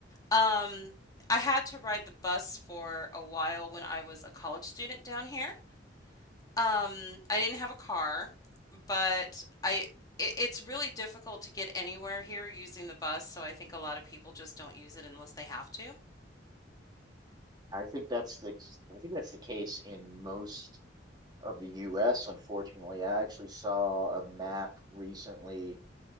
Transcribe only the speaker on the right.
I think that's the I think that's the case in most of the US, unfortunately. I actually saw a map recently